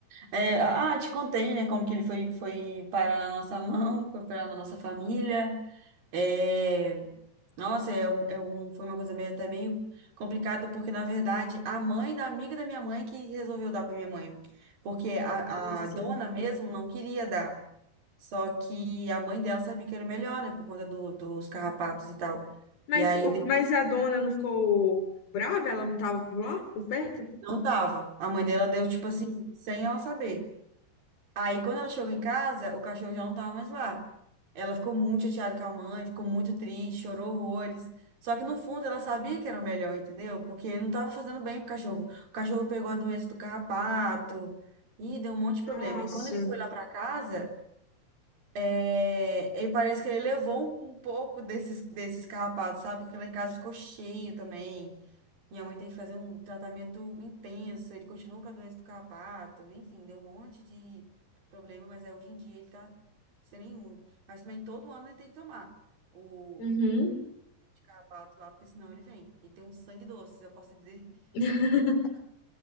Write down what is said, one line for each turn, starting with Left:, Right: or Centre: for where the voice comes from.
Right: É, ah, te contei, né, como que ele foi, foi parar na nossa mão, foi parar na nossa família. É, nossa, é, um- é um, foi uma coisa meio, até meio complicada, porque, na verdade, a mãe da amiga da minha mãe que resolveu dar pra minha mãe. Porque a,
Left: Ah, sim.
Right: a dona mesmo não queria dar. Só que a mãe dela sabia que era melhor, né? Por conta do- dos carrapatos e tal.
Left: Mas,
Right: E aí
Left: o-
Right: de-
Left: mas a dona não ficou brava? Ela não tava por lá, por perto?
Right: não dava. A mãe dela deu, tipo assim, sem ela saber. Aí quando ela chegou em casa, o cachorro já não tava mais lá. Ela ficou muito chateada com a mãe, ficou muito triste, chorou horrores. Só que no fundo ela sabia que era melhor, entendeu? Porque não tava fazendo bem pro cachorro. O cachorro pegou a doença do carrapato e deu um monte de problema.
Left: Nossa.
Right: E quando ele foi lá pra casa. É, ele parece que ele levou um, um pouco desses, desses carrapatos, sabe? Porque lá em casa ficou cheio também. Minha mãe tem que fazer um tratamento intenso. Ele continuou com a doença do carrapato. Enfim, deu um monte de problema, mas aí hoje em dia ele tá sem nenhum. Mas também todo ano ele tem que tomar o
Left: Uhum.
Right: de carrapato lá, porque senão ele vem. E tem um sangue doce, eu posso dizer, <laughs>
Left: <laughs>
Right: posso dizer.